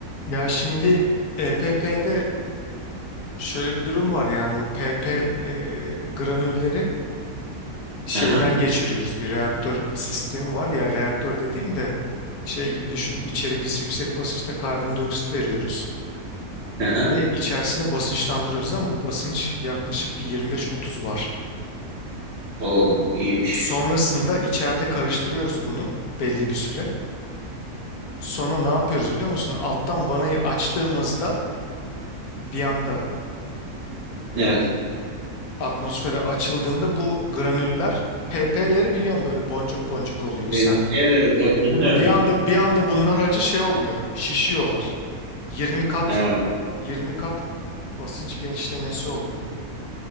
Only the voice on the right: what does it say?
Aha,
aha.
O iyiymiş.
Evet.
Evet,
evet, evet. Evet. Hı hı, evet.
Ha,